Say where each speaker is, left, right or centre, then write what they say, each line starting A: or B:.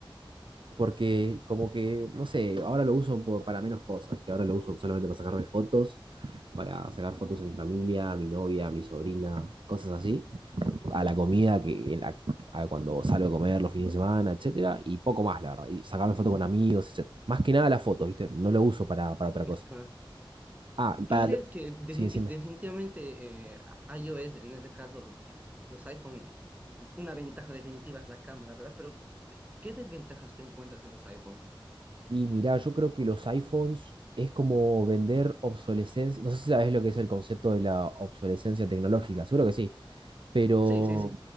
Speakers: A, on the right; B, on the right.
A: porque como que, no sé, ahora lo uso por- para menos cosas, ¿viste? Ahora lo uso solamente para sacarme fotos, para sacar fotos a mi familia, a mi novia, a mi sobrina, cosas así. A la comida, que en la- a cuando salgo a comer los fines de semana, etcétera. Y poco más, la verdad. Y sacarme fotos con amigos, etcétera. Más que nada las fotos, ¿viste? No lo uso para, para otra cosa.
B: Claro.
A: Ah,
B: ¿Tú
A: para...
B: dirías
A: lo-
B: que definiti-
A: Sí, decime.
B: definitivamente eh, iOS, en este caso l- los iPhone, una ventaja definitiva es la cámara, ¿verdad? Pero ¿qué desventajas tú encuentras en los iPhones?
A: Y mirá, yo creo que los iPhones es como vender obsolescencia. No sé si sabes lo que es el concepto de la obsolescencia tecnológica, seguro que sí pero
B: Sí, sí, sí.